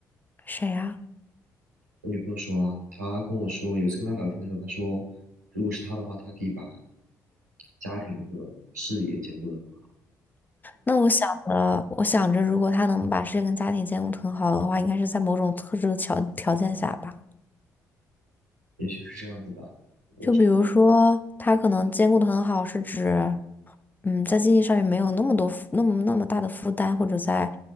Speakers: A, on the left; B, on the right.
A: 谁呀？
B: 我女朋友说啊，她跟我说，有一次跟她聊天的时候，她说，如果是她的话，她可以把家庭和事业兼顾的很好，
A: 那我想着，我想着，如果他能把事业跟家庭兼顾得很好的话，应该是在某种特殊的条条件下吧。
B: 也许是这样子吧。我。
A: 就比如说，他可能兼顾的很好，是指，嗯，在经济上面没有那么多负那么那么大的负担，或者在